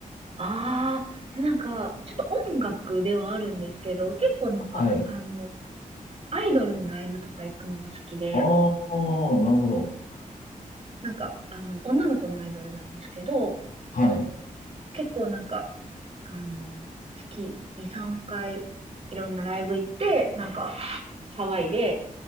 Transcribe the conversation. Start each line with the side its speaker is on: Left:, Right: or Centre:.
Right: ああ、なんか、ちょっと音楽ではあるんですけど、結構なんか、
Left: はい。
Right: あの、アイドルのライブとか行くのが好きで、
Left: ああ、なるほど。
Right: なんか、あの、女の子のアイドルなんですけど、
Left: はい。
Right: 結構なんか、あの、月2、3回、いろんなライブ行って、なんか、騒いで、